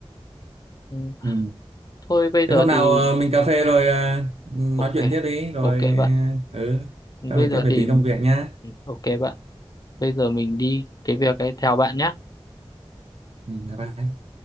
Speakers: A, on the left (about 40°); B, on the right (about 80°).
A: Ừ.
B: ừ.
A: Thôi bây giờ
B: Thế hôm nào
A: thì
B: ờ, mình cà phê rồi ờ, nói
A: ok.
B: chuyện tiếp đi rồi
A: Ok bạn.
B: ờ, ừ
A: Bây
B: trao đổi
A: giờ
B: tiếp về
A: thì
B: tí công việc nhá.
A: ừ, ok bạn. Bây giờ mình đi cái việc ấy theo bạn nhé.
B: Ừ, bye bye.